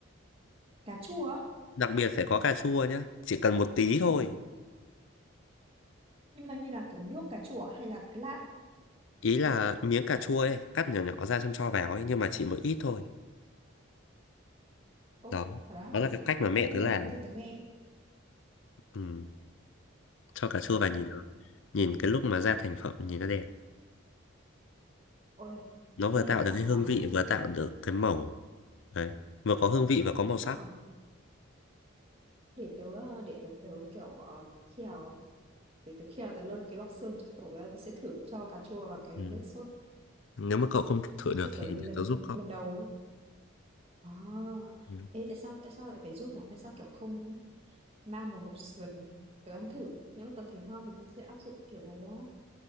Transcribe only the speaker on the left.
Đặc biệt phải có cà chua nhá, chỉ cần một tí thôi.
Ý là miếng cà chua ấy, cắt nhỏ nhỏ ra xong cho vào ấy, nhưng mà chỉ một ít thôi.
Đó,
đó là cái
cách mà mẹ
tớ
làm.
Ừ, cho cà chua vào nhìn nó. Nhìn cái lúc mà ra thành phẩm nhìn nó đẹp.
Nó vừa
tạo
được
cái
hương
vị, vừa tạo được cái màu. Đấy, vừa có hương vị và có màu sắc.
Ừ.
Nếu mà cậu không thử được
thì
để tớ giúp cậu.
Ừ.